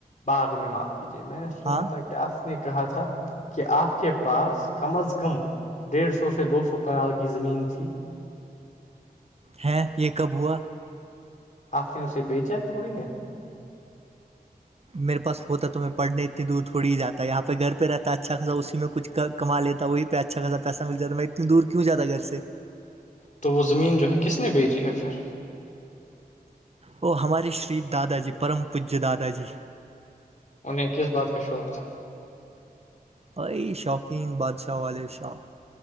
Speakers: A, on the left (about 50°); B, on the right (about 40°).
A: باغ میں معاف کیجے میں نے سنا
B: ہاں
A: تھا کہ کیا آپ نے کہا تھا کہ آپ کے پاس کم از کم ڈیڑھ سو سے دو سو کنال کی زمین تھی
B: ہے یہ کب ہوا
A: آخ چ اس سے بیچ جات تھوڑی یہ
B: میرے پاس ہوتا تو میں پڑھنے اتنی دور تھوڑی ہی جاتا ہے یہاں پہ گھر پہ رہتا ہے اچھا خاصا اسی میں کچھ کماتا وہی پہ اچھا پیسہ مل جا میں اتنی دور کیوں جاتا گھر سے
A: تو وہ زمین جو ہے کس نے بیجی ہے پھر
B: او ہمارے شری دادا جی پرم پوجیہ دادا جی
A: انہیں کس بات کا شوق تھا
B: بئی شوقین بادشاہ والے شوق